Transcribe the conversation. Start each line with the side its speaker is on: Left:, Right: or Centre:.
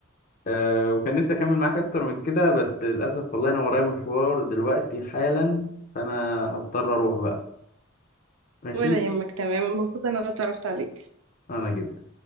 Left: أه وكان نفسي اكمل معاك اكتر من كده بس للاسف والله انا ورايا مشوار دلوقتي حالا فانا هضطر اروح بقى ماشي
Right: ولا يهمك تمام مبسوطه إن انا اتعرفت عليك
Left: انا جدا